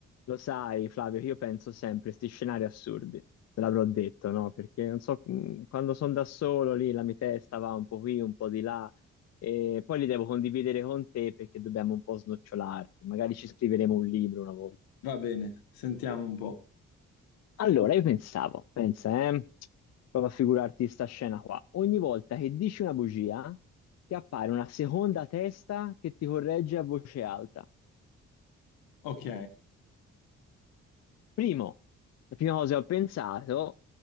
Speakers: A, on the left; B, on the left.
A: Lo sai, Flavio, che io penso sempre a questi scenari assurdi, te l'avrò detto, no? Perché non so, mh, quando sono da solo lì la mia testa va un po' qui, un po' di là, e poi li devo condividere con te perché dobbiamo un po' snocciolarli, magari ci scriveremo un libro una volta.
B: Va bene, sentiamo un po'.
A: Allora, io pensavo, pensa, eh, prova a figurarti sta scena qua. Ogni volta che dici una bugia, ti appare una seconda testa che ti corregge a voce alta.
B: Ok.
A: Primo, la prima cosa che ho pensato,